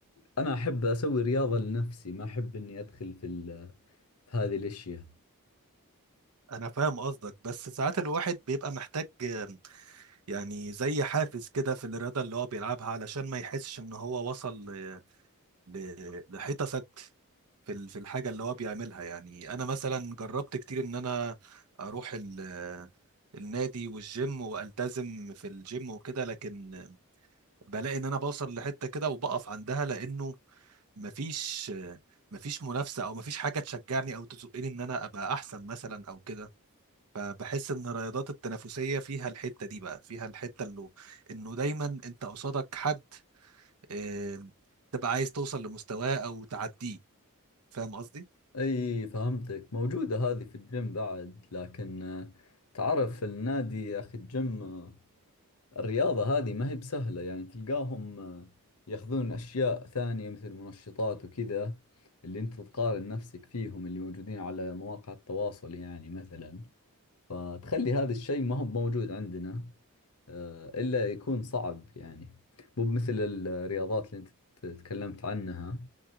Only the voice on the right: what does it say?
انا فاهم قصدك بس ساعات الواحد بيبقى محتاج آم، يعني زي حافز كده في الرياضة اللي هو بيلعبها علشان ما يحسش ان هو وصل ل... ل... لحيطة سد في ال- في الحاجه اللي هو بيعملها يعني انا مثلا جربت كتير ان انا اروح ال- النادي والجيم والتزم في الجيم وكده لكن بلاقي ان انا بوصل لحته كده وبقف عندها لانه مفيش مفيش منافسه او مفيش حاجه تشجعني او تزقني ان انا ابقى احسن مثلا او كده فبحس ان الرياضات التنافسيه فيها الحته دي بقى فيها الحته اللي انه دايما انت قصادك حد آه، تبقى عايز توصل لمستواه او تعديه فاهم قصدي